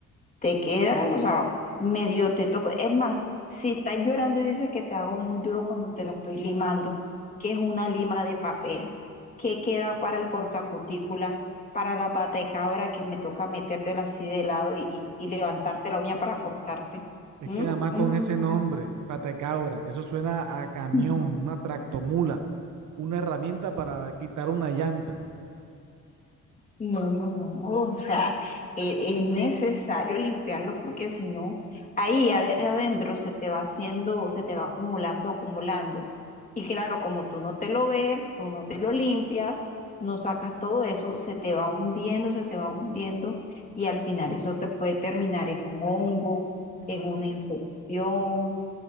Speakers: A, on the left; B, on the right.
A: te quedas, o sea, medio te toco. Es más, si estás llorando y dices que te hago muy duro cuando te la estoy limando, que es una lima de papel, qué queda para el cortacutícula, para la pata de cabra que me toca metértela así de lado y, y- y levantarte la uña para cortarte.
B: es
A: ¿Mm?
B: que nada más
A: Mm,
B: con ese nombre, patacabra, eso suena a camión,
A: no.
B: una tractomula, una herramienta para quitar una llanta.
A: No, no, no, o sea, e- es necesario limpiarlo porque si no, ahí ade- adentro se te va haciendo, se te va acumulando, acumulando. Y claro, como tú no te lo ves, tú no te lo limpias, no sacas todo eso, se te va hundiendo, se te va hundiendo y al final eso te puede terminar en un hongo,
B: No.
A: en una infección,